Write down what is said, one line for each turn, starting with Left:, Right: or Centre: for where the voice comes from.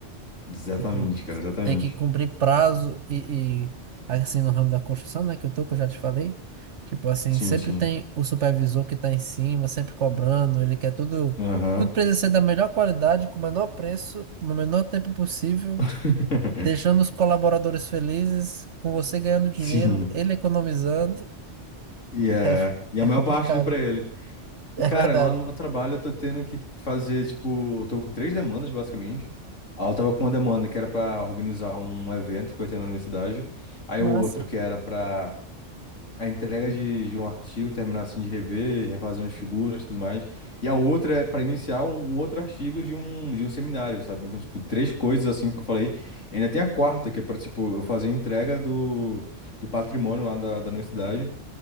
Left: Exatamente,
Right: Tipo,
Left: cara, exatamente.
Right: tem que cumprir prazo e, e, assim, no ramo da construção, né, que eu tô, que eu já te falei. Tipo, assim,
Left: Sim,
Right: sempre
Left: sim.
Right: tem o supervisor que tá em cima, sempre cobrando, ele quer tudo,
Left: Aham.
Right: tudo precisa ser da melhor qualidade, com o menor preço, no menor tempo possível.
Left: <laughs>
Right: Deixando os colaboradores felizes, com você ganhando dinheiro,
Left: Sim.
Right: ele economizando
Left: E
Right: É,
Left: é. E a
Right: é
Left: maior
Right: complicado,
Left: parte do pra
Right: né?
Left: ele.
Right: É
Left: E, cara,
Right: verdade.
Left: lá no meu trabalho eu tô tendo que fazer, tipo, tô com três demandas, basicamente. Aí eu tava com uma demanda que era pra organizar um evento que vai ter na universidade. Aí
Right: Massa.
Left: o outro que era pra a entrega de, de um artigo, terminar assim de rever, refazer umas figuras e tudo mais. E a outra é pra iniciar um outro artigo de um, de um seminário, sabe? Então, tipo, três coisas assim que eu falei. Ainda tem a quarta, que é pra, tipo, eu fazer a entrega do, do patrimônio lá da, da universidade.